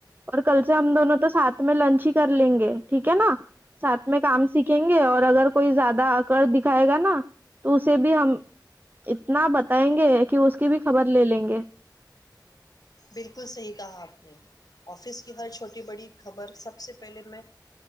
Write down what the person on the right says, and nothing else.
اور کل سے ہم دونوں تو ساتھ میں لنچ ہی کر لیں گے ٹھیک ہے نا ساتھ میں کام سیکھیں گے اور اگر کوئی زیادہ ا کر دکھائے گا نا تو اسے بھی ہم اتنا بتائیں گے کہ اس کی بھی خبر لے لیں گے